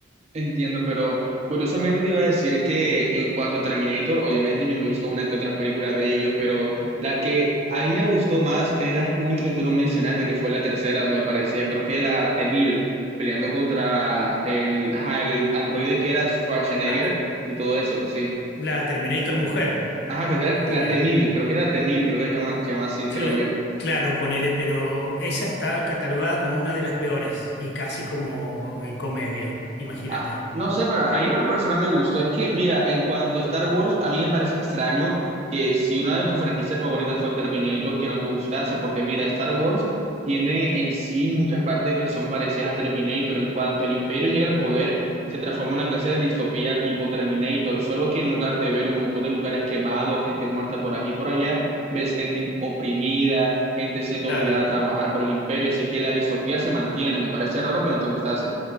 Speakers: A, on the right (about 35°); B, on the left (about 60°).
A: Entiendo, pero curiosamente te iba a decir que en cuanto a Terminator, obviamente yo me he visto una que otra película de ellos, pero la que a mí me gustó más es la única que tú no mencionaste, que fue la tercera, donde aparecía, creo que la T-1000, peleando contra el, ajá, el androide que era Schwarzenegger
B: Ah,
A: y todo eso, sí.
B: la Terminator Mujer.
A: Ajá, creo que
B: Rubia.
A: era la T-1000, creo que era la T-1000, creo que se llama, se llama así,
B: Cl-
A: creo yo.
B: claro, ponele, pero esa está catalogada como una de las peores y casi como en comedia, imagínate.
A: Ah, no sé, pero a mí una persona me gustó. Es que, mira, en cuanto a Star Wars, a mí me parece extraño que si una de tus franquicias favoritas fue Terminator, que no te gustase, porque mira, Star Wars tiene en sí muchas partes que son parecidas a Terminator. En cuanto el imperio llega al poder, se transforma en una clase de distopía tipo Terminator, solo que en lugar de ver un montón de lugares quemados, gente muerta por aquí y por allá, ves gente oprimida, gente siendo
B: Claro.
A: obligada a trabajar por el imperio, así que la distopía se mantiene. Me parece raro que no te gustase.